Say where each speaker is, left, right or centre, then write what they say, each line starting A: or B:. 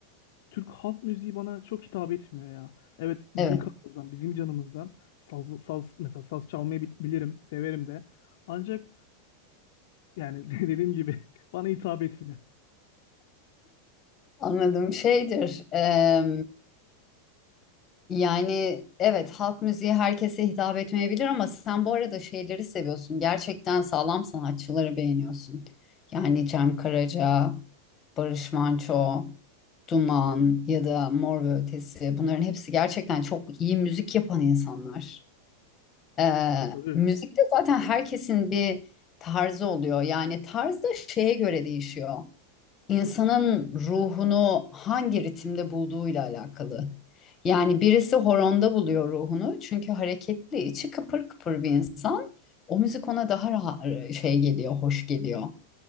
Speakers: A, on the left; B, on the left.
A: Türk halk müziği bana çok hitap etmiyor ya. Evet bizim
B: Evet.
A: kanımızdan, bizim canımızdan saz, saz mesela saz çalmayı bil- bilirim, severim de. Ancak yani <laughs> dediğim gibi bana hitap etmiyor.
B: Anladığım şeydir. Eee, yani evet halk müziği herkese hitap etmeyebilir ama sen bu arada şeyleri seviyorsun. Gerçekten sağlam sanatçıları beğeniyorsun. Yani Cem Karaca, Barış Manço, Duman ya da Mor ve Ötesi bunların hepsi gerçekten çok iyi müzik yapan insanlar. Eee
A: Tabii tabii.
B: müzikte zaten herkesin bir tarzı oluyor. Yani tarz da şeye göre değişiyor insanın ruhunu hangi ritimde bulduğuyla alakalı. Yani birisi horonda buluyor ruhunu çünkü hareketli, içi kıpır kıpır bir insan. O müzik ona daha rahat şey geliyor, hoş geliyor.